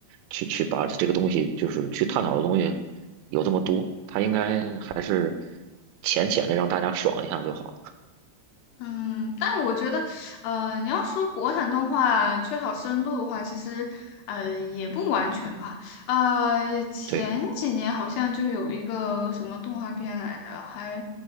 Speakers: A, on the right; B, on the left.
A: 去去把这个东西就是去探讨的东西有这么多，他应该还是浅浅的让大家爽一下就好了。
B: 嗯，但是我觉得，呃，你要说国产动画缺少深度的话，其实，呃，也不完全吧。呃，前几年好像就有一个什么动画片来着，
A: 对
B: 还